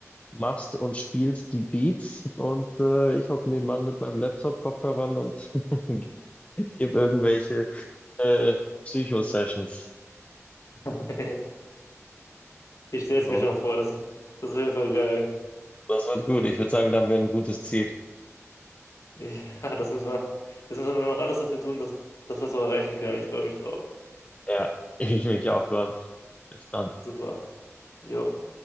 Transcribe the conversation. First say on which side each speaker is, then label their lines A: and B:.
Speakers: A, on the left; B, on the left.
A: machst und spielst die Beats und äh, ich hocke nebenan mit meinem Laptop-Kopfhörern und <laughs> gebe irgendwelche äh, Psycho-Sessions.
B: okay. <laughs> Ich stelle es
A: So,
B: mir schon vor, das, das ist auf jeden Fall geil.
A: das wird gut. Ich würde sagen, da haben wir ein gutes Ziel.
B: Ja, das müssen wir, jetzt müssen wir nur noch alles dafür tun, dass, dass wir es auch erreichen können. Ich freue mich drauf.
A: Ja, <laughs> ich mich auch, Luan. Bis dann.
B: Super. Jo.